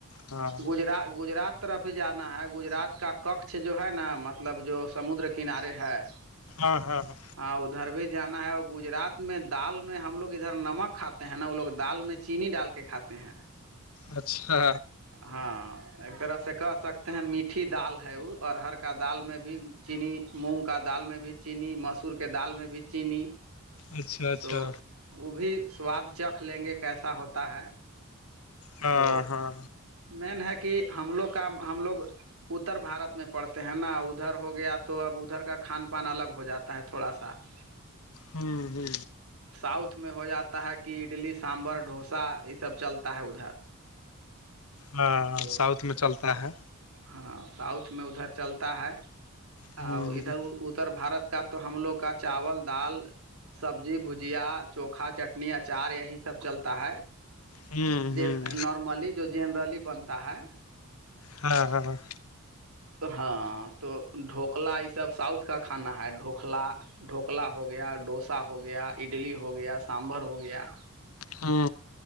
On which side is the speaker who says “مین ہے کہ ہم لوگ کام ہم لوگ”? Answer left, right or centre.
Right